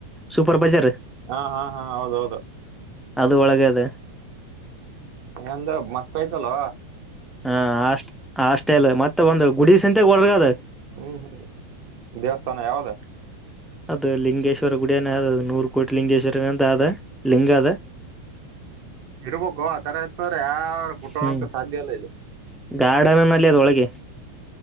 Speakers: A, in the centre; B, on the right.
A: ಸೂಪರ್ ಬಜರ್.
B: ಹಾ ಹಾ ಹಾ ಹೌದ್ ಹೌದು.
A: ಅದು ಒಳಗೆ ಅದೆ.
B: ಏಂದ್ರ ಮಸ್ತ್ ಆಯ್ತಲೊ.
A: ಹ ಅ ಅಷ್ ಹಾಸ್ಟೆಲು ಮತ್ತೆ ಒಂದು ಗುಡಿಸಂತೆಗ್ ಒಳಗಾದ.
B: ಹ್ಮ್ ಹ್ಮ್ ದೇವಸ್ಥಾನ ಯಾವದ.
A: ಅದು ಲಿಂಗೇಶ್ವರ ಗುಡಿಯನೇ ಅ ಅದು ನೂರು ಕೋಟಿ ಲಿಂಗೇಶ್ವರನ ಅಂತ ಆದ. ಲಿಂಗಾದ.
B: ಇರ್ಬೇಕೋ ಆತರ ಇತ್ ಅಂದ್ರ ಯಾರು ಬುಟ್
A: ಹ್ಮ್
B: ಹೋಗಾಕು ಸಾದ್ಯ ಇಲ್ಲ ಇಲ್ಲಿ.
A: ಗಾರ್ಡನ್ ನಲ್ಲಿ ಅದ್ರೊಳಗೆ.